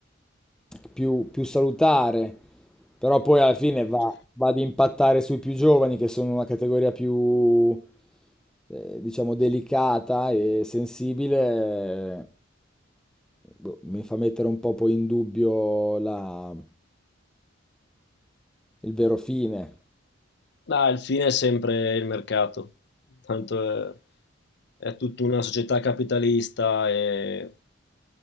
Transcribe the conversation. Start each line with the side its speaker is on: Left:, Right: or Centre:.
Centre: più, più salutare, però poi alla fine va, va ad impattare sui più giovani che sono una categoria più, eh, diciamo, delicata e sensibile, eh, boh, mi fa mettere un po' poi in dubbio la- il vero fine.
Left: Ma il fine è sempre il mercato, tanto è, è tutta una società capitalista e